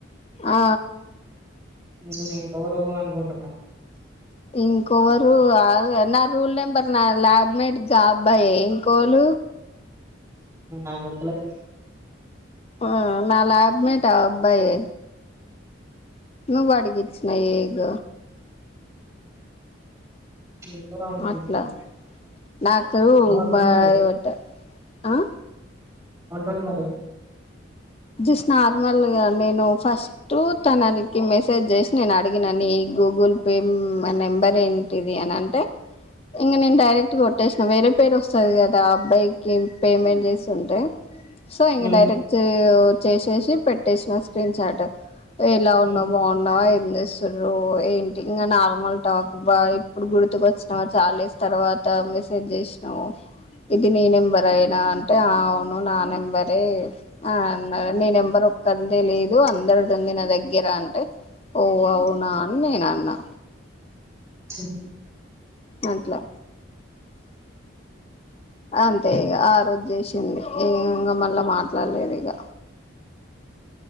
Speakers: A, on the left (about 30°); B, on the right (about 15°).
A: ఆ
B: న నేను గౌరవం అనుకుంటున్నా
A: ఇంకోొవరు నా రూల్ నెంబర్ నా ల్యాబ్మేట్ జ అబ్బాయ ఇంకోొళ
B: ఆబడుతుల
A: ఆ నళ అబ్మటా అబ్బాయిే నువ్ వాడిగిచ్చన్నా ఏగ
B: ఎవరో అనుకుంటున్నాను
A: అట్లా డాకరు
B: ఏమంటుండు
A: బాయ
B: మరి
A: ఒకట ఆ
B: అంట ఉండి మరి
A: జస్ట్ నార్మల్గా నేను ఫస్ట్ తనకి మెసేజ్ చేసి నేను అడిగినా న ఈ గూగుల్ పే నెంబర్ ఏంటిది అని అంటే ఇంక నేను డైరెక్ట్గా కొట్టేసా వేరే పేరు వస్తుంది కదా అబ్బాయికి పేమెంట్ చేస్తుంటే సో ఇంగ
B: ఉమ్
A: డైరెక్ట్ చేసేసి పెట్టేసిన స్క్రీన్ షాట్ ఎలా ఉన్నా్
B: ఉమ్
A: బాగున్నావ అస్తు్రు ఏంటి ఇంకా నాలమల్టకు బా ఇప్పుడు గుర్తుకు వచ్చినావా చాలా డేస్ తర్వాత మెసేజ్ చేసినావు ఇది నీ నెంబర్ అయినా అంటే అవును నా నెంబరే ఆ అన్నా నీ నెంబర్ ఒక్కంది లేదు అందరి తంది నా దగ్గర అంటే ఓ అవునా అని నేను అన్నా
B: స
A: మట్లా అంతే ఇక ఆరుద్దసింది ఇ ఇంకా మళ్ళా మాట్లాడలేదు ఇక